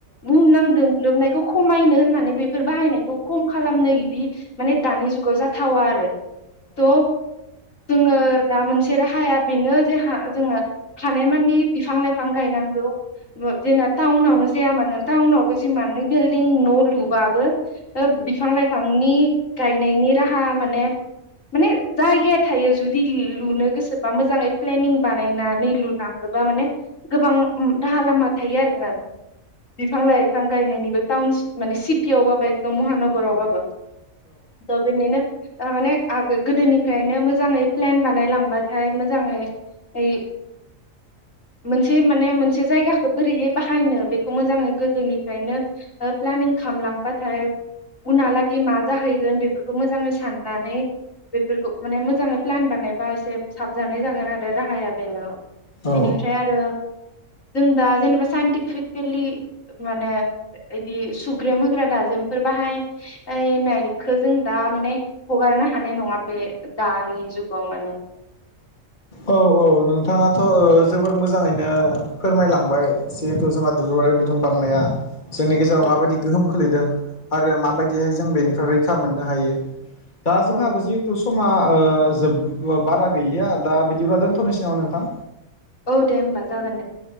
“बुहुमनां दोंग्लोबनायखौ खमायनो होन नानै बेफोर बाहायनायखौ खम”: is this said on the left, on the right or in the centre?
Left